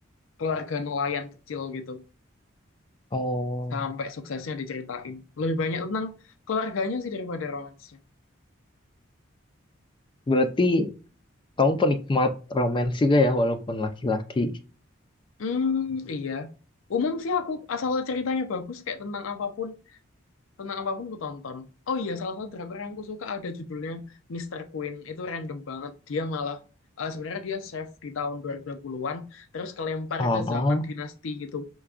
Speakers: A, on the left (about 80°); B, on the left (about 25°).
A: keluarga nelayan kecil gitu
B: Oh,
A: sampai suksesnya diceritain. Lebih banyak tentang keluarganya sih daripada romans
B: berarti kamu penikmat romance juga ya walaupun laki-laki.
A: Hmm, iya. Umum sih aku asal ceritanya bagus kayak tentang apapun, tentang apapun aku tonton. Oh iya, salah satu drakor yang aku suka ada judulnya Mister Queen. Itu random banget. Dia malah eh, sebenarnya dia chef di tahun 2020-an terus kelempar
B: Oh,
A: ke zaman dinasti gitu,